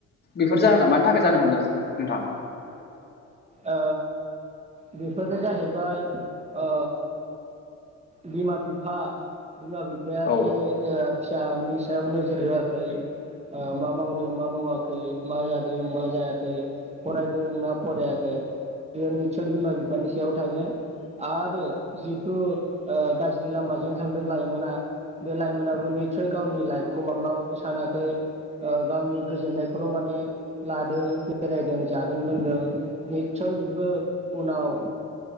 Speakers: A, on the left; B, on the right.
A: बेफोर जाहोना मानि थाखाय जानो हमदों नोंथां
B: ओ बेफोरो जाहैबाय ओ बिमा बिफा बिमा बिफाया
A: औ
B: जे ओ फिसानि सायाव नोजोर होआखै ओ मा मावदों मा मावाखै मा जादों मा जायाखै फरायदों ना फराया खै बियो निससय बिमा बिफानि सायाव थागोन आरो जिथु ओ गाज्रि लामाजों थांदों लाइमोना बे लाइमोनाबो निस्सय गावनि लाइफखौ माब्लाबाबो सानाखै ओ गावनि गोजोननायखौल' माने लादों बेरायदों जादों लोंदों निस्सय बेबो उनाव